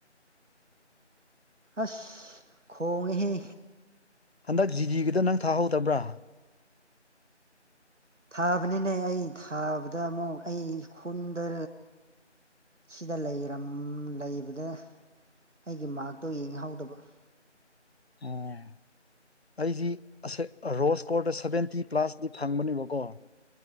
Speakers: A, on the right; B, on the left.
A: ꯑꯁ ꯈꯣꯡꯉꯦꯍꯦ
B: ꯍꯟꯗꯛ ꯖꯤꯗꯤꯒꯤꯗꯣ ꯅꯪ ꯊꯥꯍꯧꯗꯕ꯭ꯔꯥ
A: ꯊꯥꯕꯅꯤꯅꯦ ꯑꯩ ꯊꯥꯕꯗ ꯑꯃꯨꯛ ꯑꯩ ꯈꯨꯟꯗ ꯁꯤꯗ ꯂꯩꯔꯝ ꯂꯩꯕꯗ ꯑꯩꯒꯤ ꯃꯥꯔꯛꯇꯣ ꯌꯦꯡꯍꯧꯗꯕ ꯫
B: ꯑꯣ <unintelligible> ꯑꯩꯖꯤ ꯑꯁꯦ ꯔꯣꯁ ꯀꯣꯔꯗ ꯁꯚꯦꯟꯇꯤ ꯄ꯭ꯂꯥꯁꯇꯤ ꯐꯪꯕꯅꯦꯕꯀꯣ